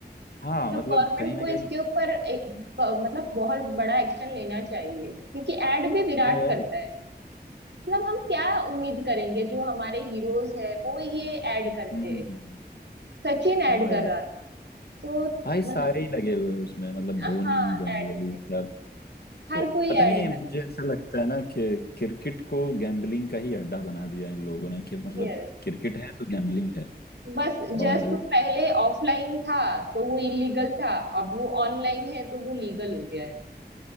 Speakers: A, on the left; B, on the right.
A: हाँ
B: मतलब
A: मतलब
B: गवर्नमेंट
A: कहीं ना
B: को इसके
A: कहीं
B: ऊपर ए- प- मतलब बहुत बड़ा एक्शन लेना चाहिए क्योंकि एड भी विराट
A: हाँ यार
B: करता
A: हम्म
B: है मतलब हम क्या उम्मीद करेंगे जो हमारे हीरोज है वो ये ऐड करते
A: हम्म,
B: हैं
A: हम्म,
B: सचिन ऐड
A: हाँ
B: कर
A: यार
B: रहा था तो
A: भाई सारे
B: मतलब
A: ही लगे हुए हैं उसमें मतलब
B: हाँ
A: धोनी गंगोली
B: ऐड में
A: सब
B: हर
A: तो
B: कोई
A: पता
B: ऐड
A: नहीं
B: कर
A: मुझे ऐसा लगता है ना कि क्रिकेट को गैम्बलिंग का ही अड्डा बना दिया इन लोगों ने कि मतलब
B: यस
A: क्रिकेट है तो गैम्बलिंग है
B: बस जस्ट
A: और
B: वो पहले ऑफलाइन था तो वो इलीगल था अब वो ऑनलाइन है तो वो लीगल हो गया है